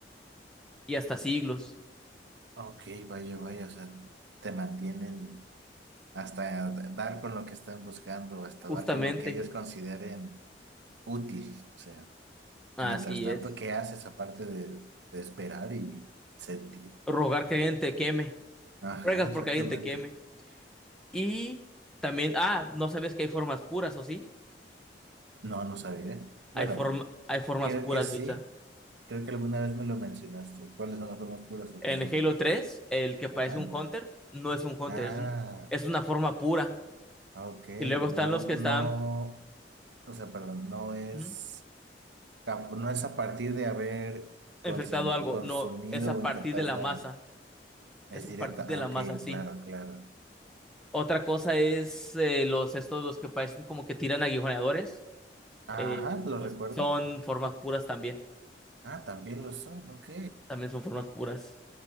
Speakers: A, in the centre; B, on the right.
A: y hasta siglos.
B: ok, vaya, vaya. O sea, te mantienen hasta dar con lo que están buscando o hasta
A: Justamente,
B: dar con lo que ellos consideren útil. O sea,
A: así
B: mientras tanto,
A: es.
B: ¿qué haces aparte de, de esperar y sentir?
A: Rogar que alguien te queme.
B: Ajá,
A: Ruegas
B: exactamente.
A: porque alguien te queme. Y también, ah, no sabes que hay formas puras, ¿o sí?
B: No, no sabía. Bueno,
A: Hay forma, hay formas
B: creo
A: puras,
B: que sí.
A: Misa.
B: Creo que alguna vez me lo mencionaste. ¿Cuáles son las formas puras o
A: En
B: qué son?
A: Halo tres el que
B: Ajá.
A: parece un Hunter no es un Hunter,
B: Ah,
A: es un- es una forma pura.
B: ok.
A: Y luego
B: No,
A: están los que
B: no,
A: están
B: o sea, perdón, no es,
A: ujú,
B: cap- no es a partir de haber consem-
A: infectado algo.
B: consumido
A: No, es a
B: o
A: partir
B: infectado
A: de la
B: nada.
A: masa.
B: Es
A: Es a
B: directa.
A: partir de
B: Ah,
A: la
B: ok,
A: masa, sí.
B: claro, claro.
A: Otra cosa es eh, los estos, los que parecen como que tiran aguijoneadores.
B: Ajá,
A: eh,
B: ¿lo
A: pues
B: recuerdo?
A: son formas puras también.
B: Ah, también lo son, ok.
A: También son formas puras.